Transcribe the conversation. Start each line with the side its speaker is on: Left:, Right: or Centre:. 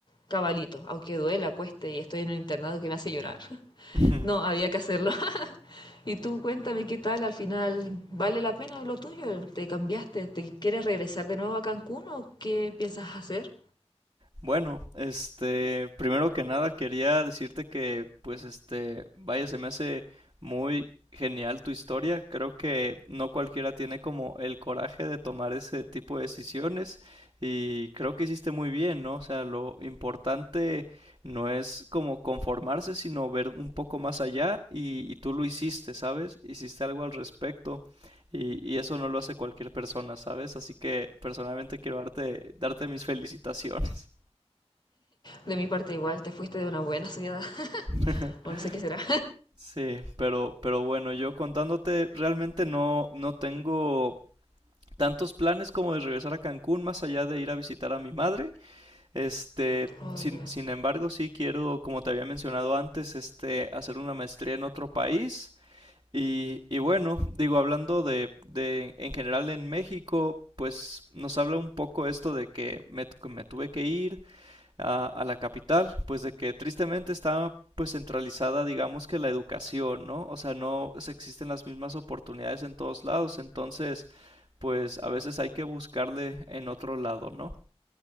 Left: cabalito, aunque duela, cueste y estoy en un internado que me hace llorar. <laughs>
Right: <laughs>
Left: No, había que hacerlo. <laughs> Y tú cuéntame qué tal, al final, ¿vale la pena lo tuyo? ¿Te cambiaste? ¿Te quieres regresar de nuevo a Cancún o qué piensas hacer?
Right: Bueno, este, primero que nada quería decirte que, pues, este, vaya, se me hace muy genial tu historia. Creo que no cualquiera tiene como el coraje de tomar ese tipo de decisiones y creo que hiciste muy bien, ¿no? O sea, lo importante no es como conformarse, sino ver un poco más allá y, y tú lo hiciste, ¿sabes? Hiciste algo al respecto y, y eso no lo hace cualquier persona, ¿sabes? Así que personalmente quiero darte, darte mis felicitaciones.
Left: De mi parte igual, te fuiste de una buena ciudad, <laughs>
Right: <laughs>
Left: o no sé qué será.
Right: Sí, pero, pero bueno, yo contándote, realmente no, no tengo tantos planes como de regresar a Cancún, más allá de ir a visitar a mi madre. Este,
Left: Oye,
Right: sin, sin embargo, sí quiero, como te había mencionado antes, este, hacer una maestría en otro país. Y, y bueno, digo, hablando de, de, en general en México, pues nos habla un poco esto de que me, que me tuve que ir, a, a la capital, pues de que tristemente está pues centralizada digamos que la educación, ¿no? O sea, no se existen las mismas oportunidades en todos lados, entonces pues a veces hay que buscarle en otro lado, ¿no?